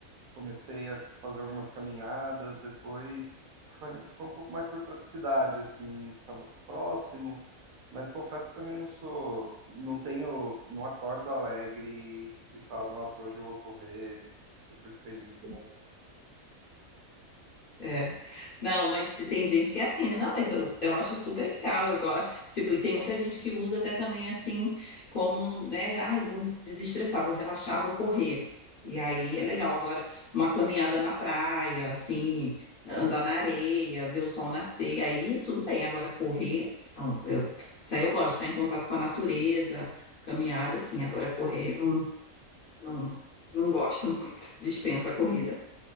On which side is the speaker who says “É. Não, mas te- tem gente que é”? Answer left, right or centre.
Left